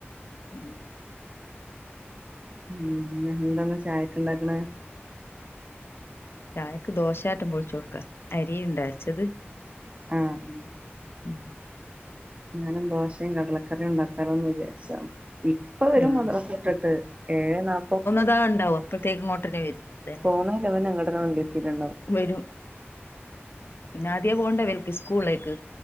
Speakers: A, on the left (about 60°); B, on the right (about 30°).
A: <unintelligible>
B: ഉം, ന്ന് എന്തന്ന് ചായക്ണ്ടാക്ണ?.
A: ചായക്ക് ദോശാട് പൊളിച്ചുടുക്കാ, അരി ഉണ്ടോ അരച്ചത്.?
B: ആഹ് ആഹ്
A: <unintelligible>
B: ഞാനും ദോശേം കടലക്കറിം ഉണ്ടാക്കാലോന്ന് വിചാരിച്ചതാ. ഇ ഇപ്പവരും
A: ഉം
B: മദ്റസ്ട്ട്ട്ട്. ഏഴേ നാപ്പ.
A: അതാ ഉണ്ടാവും അപ്പോഴത്തേക്കുംങ്ങോട്ടനെ വരും.
B: പോന്നേന്റെ
A: അതന്നെ
B: മുന്നെ ഇങ്ങട്ടന്നെ മണ്ടിയത്തിട്ടുണ്ടാവും.
A: വരും പിന്നെ ആദ്യേ പോണ്ടേ വര്ക്ക് സ്കൂൾലേക്ക്.